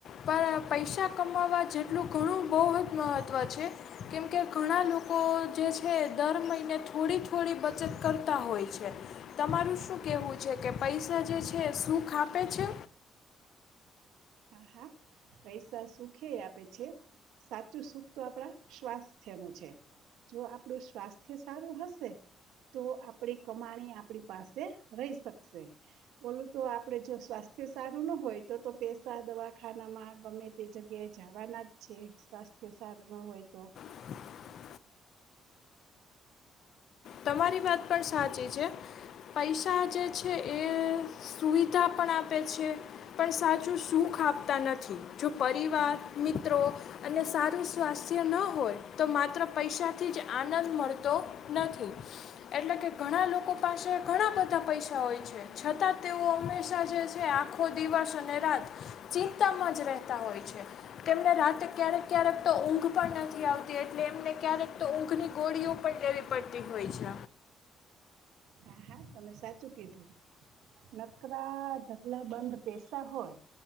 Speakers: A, on the left; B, on the right.
A: પણ પૈસા કમાવવા જેટલું ઘણું બહુ જ મહત્ત્વ છે. કેમકે ઘણા લોકો જે છે દર મહિને થોડી થોડી બચત કરતા હોય છે, તમારું શું કેવું છે કે પૈસા જે છે શું ખાપે છે?
B: હા હા પૈસા સુખય આપે છે, સાચું સુખ તો આપણા સ્વાસ્થ્યનું છે જો આપણું સ્વાસ્થ્ય સારું હશે તો આપણી કમાણી આપણી પાસે રહી શકશે, ઓલું તો આપણે જો સ્વાસ્થ્ય સારું ના હોય તો તો પે દવાખાનામાં ગમે તે જગ્યાએ જવાના જ છે, સ્વાસ્થ્ય સારું ન હોય તો
A: <inaudible> તમારી વાત પણ સાચી છે, પૈસા જે છે, એ સુવિધા પણ આપે છે, પણ સાચું સુખ આપતા નથી, જો પરિવાર મિત્રો અને સારું સ્વાસ્થ્ય ન હોય તો મા માત્ર પૈસાથી જ આનંદ મળતો નથી. એટલે કે ઘણા લોકો પાસે ઘણા બધા પૈસા હોય છે, છતાં તેઓ હંમેશા જે આખો દિવસ અને રાત ચિંતામાં જ રહેતા હોય છે, તેમને રાતે ક્યારેક ક્યારેક તો ઊંઘ પણ નથી આવતી એટલે એમને ક્યારેક તો ઊંઘની ગોળીઓ પણ લેવી પડતી હોય છે,
B: હા હા, અમે સાચું કીધું નકરા ઢગલાબંધ પૈસા હોય